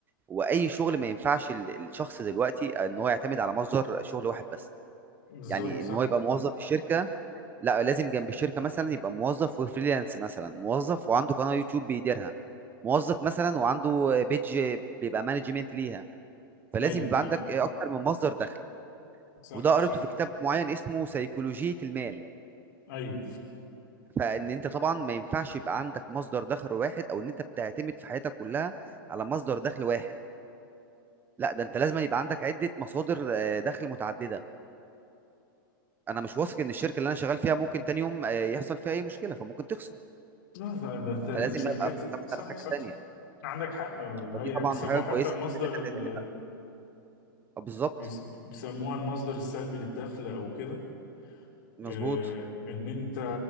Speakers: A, on the right (about 15°); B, on the left (about 60°).
A: واي شغل ما ينفعش ال- الشخص دلوقتي ان هو يعتمد على مصدر شغل واحد بس
B: بالظبط
A: يعني
B: صح
A: ان هو يبقى موظف في الشركه لا لازم جنب الشركه مثلا يبقى موظف وفريلانس مثلا موظف وعنده قناه يوتيوب بيديرها موظف مثلا وعنده بيج بيبقى مانجمنت ليها فلازم
B: ايوه
A: يبقى
B: صح
A: عندك اكتر من مصدر دخل
B: صح
A: وده قريته
B: صح
A: في كتاب معين اسمه سيكولوجية المال
B: ايوه
A: فان انت طبعا ما ينفعش يبقى عندك مصدر دخل واحد او ان انت بتعتمد في حياتك كلها على مصدر دخل واحد لا ده انت لازم يبقى عندك عدة مصادر آه، دخل متعددة انا مش واثق ان الشركة اللي انا شغال فيها ممكن تاني يوم آه، يحصل فيها اي مشكلة فممكن تخسر
B: لا ده ده ده
A: فلازم
B: الشركات
A: ابقى معتمد
B: صح
A: على حاجة
B: صح
A: تانية
B: عندك حق هي
A: فدي طبعا
B: بيسموه
A: حاجه
B: حتى
A: كويسه
B: المصدر
A: جدا ان انت
B: ال...
A: تعتمد على آه، بالظبط
B: بيس- بيسموها المصدر السلبي للدخل او كده
A: مظبوط
B: آه، ان انت